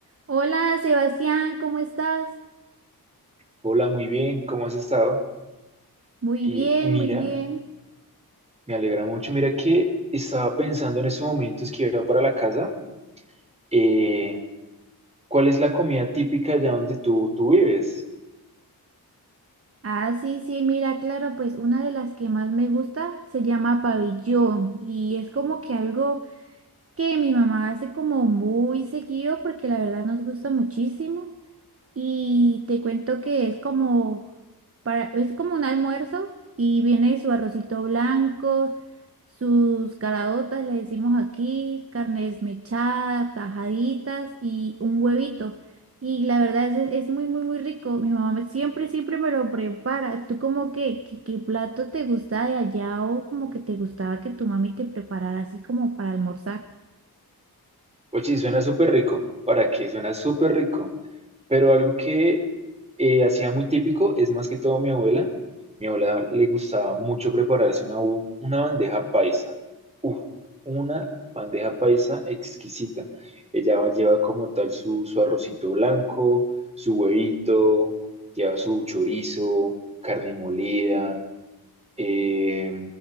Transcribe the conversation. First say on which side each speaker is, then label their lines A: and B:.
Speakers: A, on the right; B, on the right.
A: Hola, Sebastián, ¿cómo estás?
B: Hola, muy bien, ¿cómo has estado?
A: Muy
B: Eh,
A: bien,
B: mira,
A: muy bien.
B: me alegra mucho. Mira que estaba pensando en esos momentos que iba para la casa. eh, ¿cuál es la comida típica allá donde tú, tú vives?
A: Ah, sí, sí, mira, claro, pues una de las que más me gusta se llama pabellón y es como que algo que mi mamá hace como muy seguido porque la verdad nos gusta muchísimo. Y te cuento que es como para, es como un almuerzo y viene su arrocito blanco, sus caraotas, le decimos aquí, carne desmechada, tajaditas y un huevito. Y la verdad es, es muy, muy, muy rico. Mi mamá me- siempre, siempre me lo prepara. ¿Tú como que, qué, qué plato te gusta de allá o como que te gustaba que tu mami te preparara así como para almorzar?
B: Oye, suena súper rico. ¿Para qué? Suena súper rico. Pero algo que eh, hacía muy típico es más que todo mi abuela. Mi abuela le gustaba mucho prepararse una, u- una bandeja paisa. Uf, una bandeja paisa exquisita. Ella va- lleva como tal su, su arrocito blanco, su huevito, lleva su chorizo, carne molida. Eh,